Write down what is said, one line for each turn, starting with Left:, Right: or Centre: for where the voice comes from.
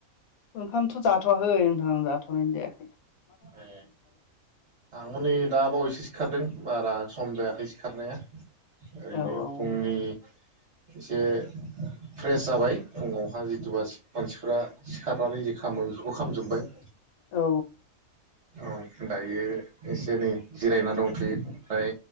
Left: ओंखामथ' जाथ जाथ'वाखै नोंथां जाथनाय जाया
Right: ए आंबो नै दा बावैसो सिखारदों। बारा सम जायाखै सिखारनाया ओरैनो
Left: औ औ
Right: फुंनि एसे फ्रेस जाबाय फुङावहा जिथुबा मानसिफ्रा सिखारनानै जि खामो बेफोरखौ खामजोबबाय।
Left: औ
Right: औ दायो एसे नै जिरायना दंथ'यो फ्राय